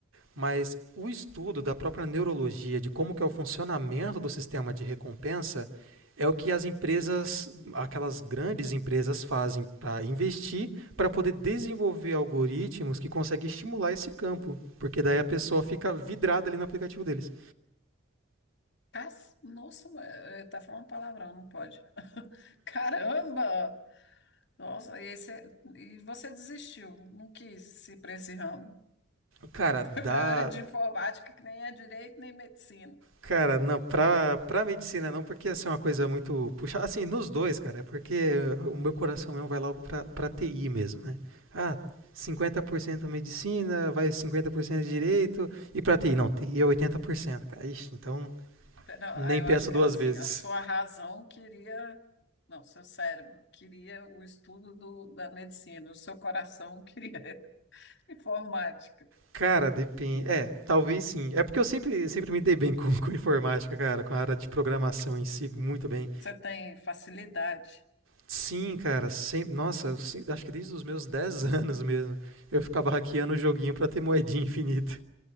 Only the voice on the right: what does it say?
Mas o estudo da própria neurologia, de como que é o funcionamento do sistema de recompensa, é o que as empresas, aquelas grandes empresas fazem para investir, para poder desenvolver algoritmos que conseguem estimular esse campo. Porque daí a pessoa fica vidrada ali no aplicativo deles.
Cara, dá,
Cara, não, pra, pra medicina não, porque assim, é uma coisa muito puxada. Assim, nos dois, cara, é porque o meu coração mesmo vai logo pra, pra TI mesmo, né? Ah, 50% medicina, vai 50% direito, e pra TI? Não, TI é 80% cara. Ixi, então
nem
penso
duas
vezes.
Cara, depende. É, talvez sim. É porque eu sempre, sempre me dei bem com, com informática, cara, com a área de programação em si, muito bem.
Sim, cara, sempre, nossa, sim- acho que desde os meus 10 <laughs> anos mesmo, eu ficava hackeando o joguinho pra ter moedinha infinita.